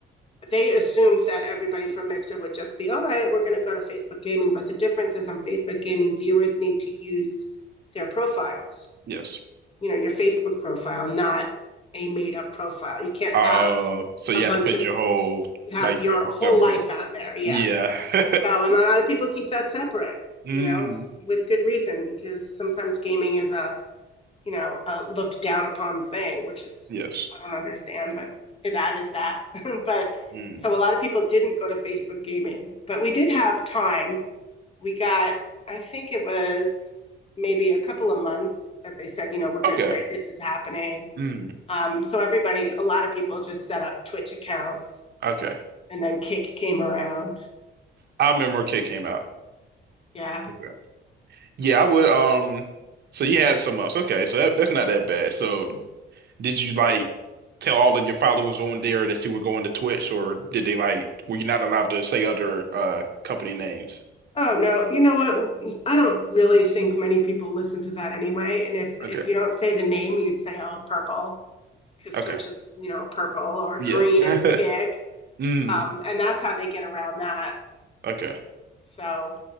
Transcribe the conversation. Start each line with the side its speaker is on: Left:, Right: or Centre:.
Left: they assumed that everybody from Mixer would just be, all right, we're going to go to Facebook Gaming. But the difference is on Facebook Gaming, viewers need to use their profiles,
Right: yes.
Left: you know, your Facebook profile, not a made up profile. You can't
Right: Uh,
Left: have
Right: so you
Left: a bunch
Right: had to put
Left: of,
Right: your whole,
Left: you have
Right: like,
Left: your
Right: your whole
Left: whole
Right: government.
Left: life out there. Yeah.
Right: Yeah. <laughs>
Left: So, and a lot of people keep that separate,
Right: Mm,
Left: you know, with good reason, because sometimes gaming is a, you know, a looked down upon thing, which is,
Right: yes.
Left: I don't understand, but that is that. <laughs> But
Right: Mm.
Left: so a lot of people didn't go to Facebook gaming, but we did have time. We got, I think it was maybe a couple of months that they said, you know, we're going,
Right: Okay.
Left: we're, this is happening.
Right: Mm,
Left: Um, so everybody, a lot of people just set up Twitch accounts
Right: okay.
Left: and then Kick came around.
Right: I remember when Kid came out.
Left: Yeah.
Right: Okay. Yeah, I would. Um, so you had some months. Okay, so that, that's not that bad. So Did you like tell all of your followers on there that you were going to Twitch, or did they like were you not allowed to say other uh company names?
Left: Oh no, you know what? I don't really think many people listen to that anyway. And if if
Right: Okay,
Left: you don't say the name, you'd say, "Oh, purple," because
Right: okay,
Left: Twitch is, you know, purple or
Right: yeah,
Left: green
Right: <laughs>
Left: is kick.
Right: mm,
Left: Um, and that's how they get around that.
Right: okay,
Left: So,